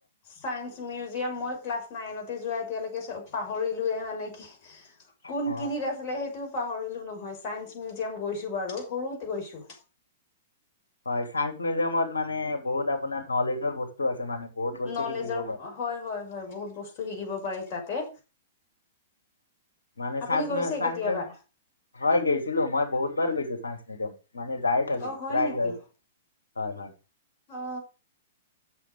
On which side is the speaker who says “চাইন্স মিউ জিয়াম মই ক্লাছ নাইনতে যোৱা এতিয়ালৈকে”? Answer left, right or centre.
Left